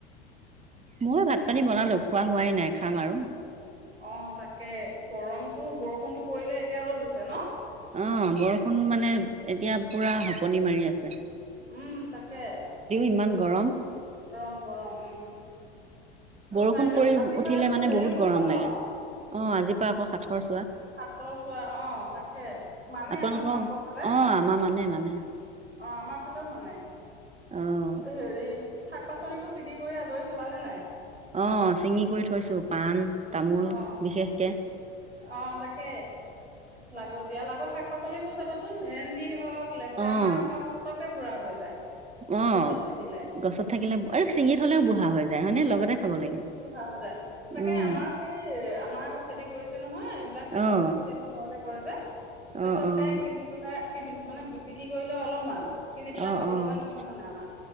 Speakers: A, on the right; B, on the right.
A: মই ভাত-পানী
B: হেৰি
A: বনালোঁ। খোৱা হোৱাই নাই, খাম আৰু।
B: অ' তাকে। গৰমটো- বৰষুণটো পৰিলে, এতিয়া ৰ'দ দিছে, ন'?
A: অ', বৰষুণ মানে এতিয়া পুৰা হপনি মাৰি আছ
B: উম, তাকে।
A: ইমান গৰম
B: গৰম - গৰম, উম। আকৌ
A: বৰষুণ
B: কাইলৈ
A: পৰি
B: আজিৰ পৰাতো
A: উঠিলে মানে
B: হেৰিও
A: বহুত
B: হ'ব
A: গৰম
B: ন
A: লাগে। অ' আজি পৰা আকৌ সাথৰ
B: সাতৰ চোৱা অ' তাকে মানে
A: আপোনালোকৰ
B: ন তোমালোকৰ ফালে অ'
A: অঁ আমাৰ মানে মানে
B: আমাৰ ফালেও মানে
A: অঁ
B: হেৰি। শাক পাচলিবোৰ ছিগি কৰি আজৰি হ'লা নে নাই।
A: অ' চিঙি কৰি থৈছো পাণ তামোল
B: অ
A: বিশেষকে।
B: অ' তাকে লাগতিয়াল আগৰ শাক পাচলিবোৰ চাবাচোন ভেন্দি হওক লেচেৰামাহ
A: অঁ
B: হওক পতক পতকে বুঢ়া হৈ যায়।
A: অ'
B: গছত থাকিলে
A: গছত থাকিলে আৰু চিঙি থলেও বুঢ়া হৈ যায় হয়নে লগতে। খাব লাগে।
B: বুহা হৈ যায় তাকে
A: উম,
B: আমাৰ সেই আমাৰ আকৌ খেতি কৰিছে নহয় এইবিলাক শাক
A: অ',
B: পাচলি খেতি আমাৰ ঘৰতে। কৰে যে। তাৰ
A: অ',
B: পিছত
A: অ',
B: সেই কিনি পেলাই। মানে বিক্ৰী কৰিলে অলপমান কিনি পেলাই
A: অ',
B: খাব
A: অ',
B: লগা নহয় মানে আমাৰ